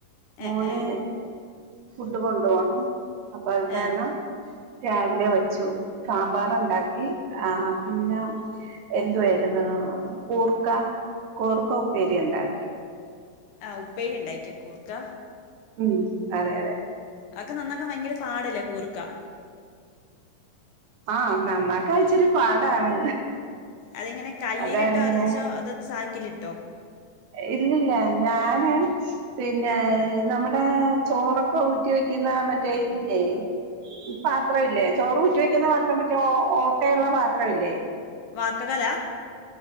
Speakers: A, on the right; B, on the left.
A: മോന്
B: ഏ ഏ
A: ഫുഡ് കൊണ്ടു പോണം അപ്പൊ അത് കാരണം
B: ഏ
A: രാവിലെ വെച്ചു സാമ്പാറ് ഉണ്ടാക്കി ആ പിന്നെ എന്തുവായിരുന്നു കൂർക്ക കൂർക്ക ഉപ്പേരി ഉണ്ടാക്കി
B: ആ ഉപ്പേരി ഉണ്ടായിക്കാ കൂർക്ക
A: ഉം അതെ അതെ
B: അതൊക്കെ നന്നാക്കാൻ ഭയങ്കര പാടല്ലേ കൂർക്കാ
A: ആ നന്നാക്കാ ഇച്ചിരെ പാടാണ്
B: അതെങ്ങനെ കല്ലിലിട്ടോ
A: അതാണ്
B: ഉരച്ചോ
A: ഞാൻ
B: അതോ ചാക്കിലിട്ടോ
A: ഇല്ലില്ല ഞാന് പിന്നെ നമ്മുടെ ചോറൊ ഊറ്റി വെക്കുന്നാ മറ്റേ ഇതില്ലേ പാത്രം ഇല്ലേ ചോറ് ഊറ്റി വെക്കുന്ന പാത്രം മറ്റേ ഓട്ടയുള്ള പാത്രം ഇല്ലേ
B: വാക്ക് കല